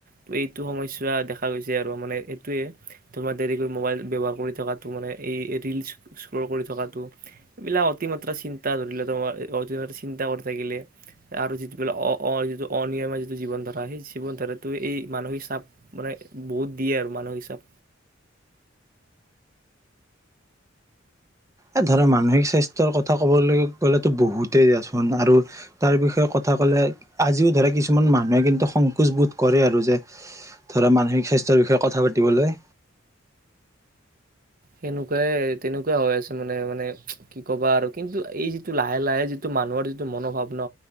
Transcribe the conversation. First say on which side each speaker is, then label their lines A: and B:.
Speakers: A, on the right; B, on the right.
A: ত এইটো সমস্যা দেখা গৈছে আৰু মানে এইটোয়ে। তোমাৰ দেৰিকৈ মোবাইল ব্যৱহাৰ কৰি থকাটো মানে এই ৰিলচ স্ক্ৰল কৰি থকাটো এইবিলাক অতিমাত্ৰা চিন্তা ধৰিলে তোমাৰ অতিমাত্ৰ চিন্তা কৰি থাকিলে আৰু যিবিলাক যিটো অনিয়মৰ যিটো জীৱন ধাৰা সেই জীৱন ধাৰটো এই মানসিক চাপ মানে বহুত দিয়ে আৰু মানসিক চাপ
B: এ ধৰা মানসিক স্বাস্থ্যৰ কথা কবলৈ গলে তো বহুতেই দাচোন আৰু তাৰ বিষয়ে কথা কলে আজিও ধৰা কিছুমান মানুহে কিন্তু সংকোচ বোধ কৰে আৰু যে ধৰা মানসিক স্বাস্থ্যৰ বিষয়ে কথা পাতিবলৈ।
A: সেনেকুৱাই তেনেকুৱা হৈ আছে মানে মানে কি ক'বা আৰু কিন্তু এই যিটো লাহে লাহে যিটো মানুহৰ যিটো মনোভাৱ ন